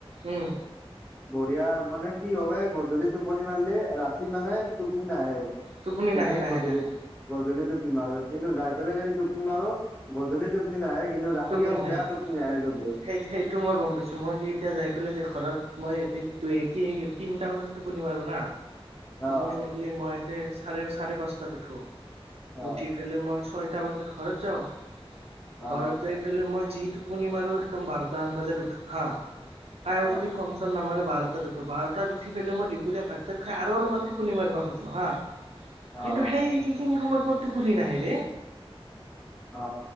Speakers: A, on the right; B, on the left.
A: উম,
B: বঢিয়া মানে কি হয় গধূলি টোপনি মাৰলি ৰাতি মানে টোপনি নাহে সেইকাৰণেতো
A: টোপনি নাহে, নাহে,
B: গধূলি
A: নাহে,
B: গধূলি টোপনি মাৰো কিন্তু যাই পেলে যদি টোপনি মাৰো গধূলি টোপনি নাহে কিন্তু ৰাতি
A: টোপনি
B: আকৌ
A: নাহে।
B: বেয়া টোপনি আহে কিন্তু
A: সেই সেইটো মই গম পাইছোঁ মই যে এতিয়া যাই পেলে যে ঘৰত মই এতে তিনটা বজাত টোপনি মাৰো না টোপনি
B: অ
A: মাৰ-লে মই ইতে চাৰে চাৰে পাঁচটাত উঠো
B: অ
A: উঠি ফেলে মই ছয়টা বাজাত ঘৰত যাওঁ ঘৰত
B: অ
A: যাই ফেলে মই যি টোপনি মাৰো একদম বাৰটান বজাত উঠো হা কায়অ
B: অ
A: যদি ফুন ফ'ন চ'ন নামৰে বাৰটাত উঠো বাৰটাত উঠি পেলাই মই দিপুৰীয়া ভাত চাত খাই আৰু অলমান টোপনি মাৰবা খোজোঁ হা কিন্তু
B: অ
A: সেই সেইখিনি সময়ত মোৰ টোপনি নাহে ৰে
B: অ